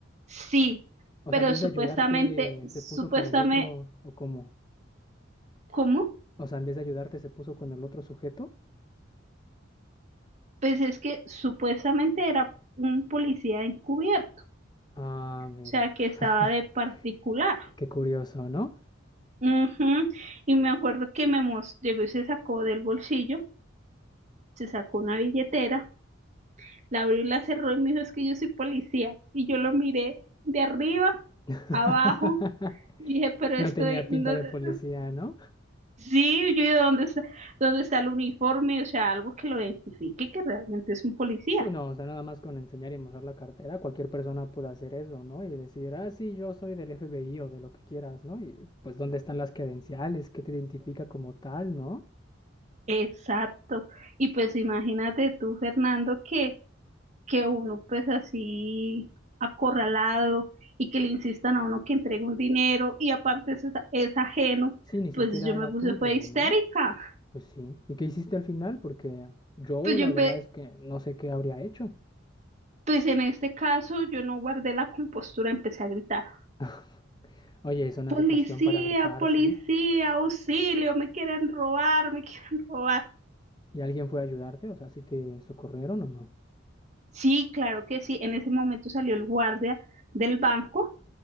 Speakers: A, on the right; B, on the left.
A: Sí,
B: O
A: pero
B: sea, en vez
A: supuestamente,
B: de ayudarte,
A: supuestamente,
B: se puso con el otro, ¿o cómo?
A: ¿cómo?
B: O sea, en vez de ayudarte, se puso con el otro sujeto.
A: Pues es que supuestamente era un policía encubierto, o
B: Ah, mira.
A: sea, que estaba
B: <laughs>
A: de particular.
B: Qué curioso, ¿no?
A: Ujú, Y me acuerdo que me mos- llegó y se sacó del bolsillo, se sacó una billetera, la abrió y la cerró y me dijo, es que yo soy policía. Y yo lo miré de arriba,
B: <laughs>
A: abajo, y dije, pero
B: No
A: estoy,
B: tenía pinta
A: no-
B: de
A: eh,
B: policía, ¿no?
A: sí, yo dije, ¿dónde está, dónde está el uniforme? O sea, algo que lo identifique que realmente es un policía.
B: Sí, no, o sea, nada más con enseñar y mostrar la cartera, cualquier persona puede hacer eso, ¿no? Y decir, ah, sí, yo soy del FBI o de lo que quieras, ¿no? Y pues, ¿dónde están las credenciales? ¿Qué te identifica como tal, no?
A: Exacto. Y pues imagínate tú, Fernando, que que uno pues así acorralado y que le insistan a uno que entregue un dinero y aparte es, es ajeno,
B: Sí, ni siquiera
A: pues yo me
B: era
A: puse
B: tuyo,
A: fue histérica.
B: ¿no? Pues sí. ¿Y qué hiciste al final? Porque yo
A: Pues yo
B: la
A: empe-
B: verdad es que no sé qué habría hecho.
A: pues en este caso yo no guardé la compostura, empecé a gritar,
B: <laughs> Oye, es una
A: policía,
B: situación para gritar,
A: policía,
B: ¿sí?
A: auxilio, me quieren robar, me <laughs> quieren robar.
B: ¿Y alguien fue a ayudarte? O sea, ¿sí te socorrieron o no?
A: Sí, claro que sí, en ese momento salió el guardia del banco,